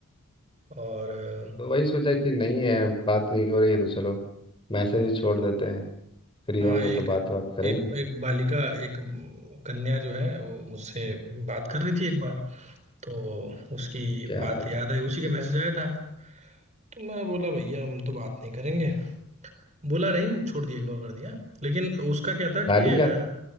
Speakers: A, on the right; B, on the left.
A: और अ,
B: तो वही सोचा कि नहीं है बात नहीं हो रही है तो चलो मैसेज ही छोड़ देते हैं फ्री
A: हाँ
B: होंगे
A: एक
B: तो बात बात करेंगे
A: एक एक बालिका एक कन्या जो है वो मुझसे बात कर रही थी एक बार तो उसकी
B: क्या
A: बात
B: बात
A: याद आई उसी का मैसेज आया था तो मैं बोला भैया हम तो बात नहीं करेंगे बोला नहीं छोड़ दिया इग्नोर कर दिया लेकिन उसका क्या था
B: बालिका
A: कि अ,